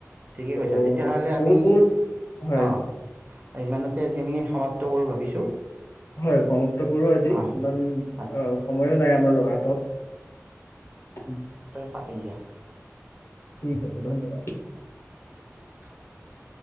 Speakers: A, on the right (about 30°); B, on the left (about 60°).
A: ঠিকে
B: ত'
A: কৈছা তেতিয়াহলে
B: বহুত
A: আমি
B: বহুত হয়
A: অ ইমানতে আজি আমি সমাপ্ত কৰোঁ ভাবিছোঁ
B: হয় সমাপ্ত কৰো আজি ইমান
A: অঁ
B: সময়ো
A: হয়
B: নাই আমাৰ ৰ হাটত
A: পাকিম দিয়া
B: ঠিক আছে ধন্যবাদ
A: <inaudible>